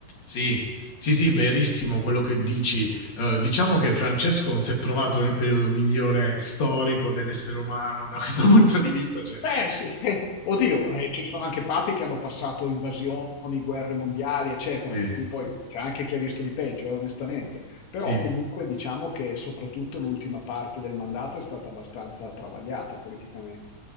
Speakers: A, on the left (about 40°); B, on the left (about 85°).
A: Sì, sì, sì, verissimo quello che dici. Eh, diciamo che Francesco non si è trovato nel periodo migliore storico dell'essere umano da questo <laughs> punto di vista. Cioè...
B: Beh,
A: <laughs>
B: sì, <laughs> oddio, eh, ci sono anche papi che hanno passato invasioni, guerre mondiali, eccetera,
A: Sì,
B: per cui poi c'è anche chi ha visto di peggio, eh, onestamente. Però
A: sì.
B: comunque diciamo che soprattutto l'ultima parte del mandato è stata abbastanza travagliata politicamente.